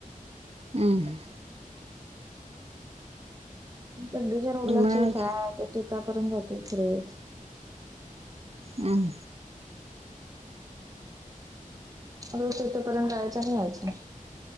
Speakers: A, on the right; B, on the right.
A: हम्
B: गड्डीच्या रोडला
A: मग
B: शेत आहे त्या शेतापर्यंत जातो इथेत
A: हं
B: रोज तेथपर्यंत जायच आणि यायचं